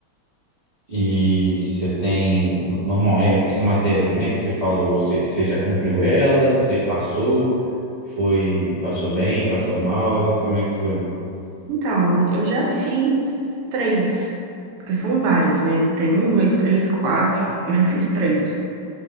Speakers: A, on the right; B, on the right.
A: E você tem. no- Normal, é essa matéria aí, né? Que você falou, você você já cumpriu ela, você passou, foi, passou bem, passou mal, como é que foi?
B: Então, eu já fiz três, porque são vários, né? Tem um, dois, três, quatro, eu já fiz três.